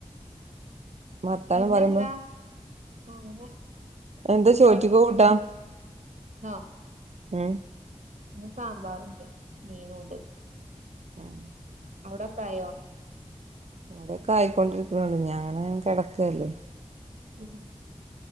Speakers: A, on the right; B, on the right.
A: വർത്താനം
B: പിന്നെന്താ
A: പറയുമ്പോ
B: അങ്ങനെ
A: എന്താ ചോറ്റിക്ക്
B: കഴിഞ്ഞു
A: കൂട്ടാൻ
B: എന്നാ
A: ഉഹ്
B: ഇ സാമ്പാറുണ്ട് മീനുംമുണ്ട്
A: <inaudible>
B: അവിടൊക്കയോ
A: ഇവിടെൊക്കെ ആയിക്കൊണ്ടിരിക്കണള്ളു ഞാൻ അങ്ങനെ കിടക്കല്ലേ
B: മ്മ്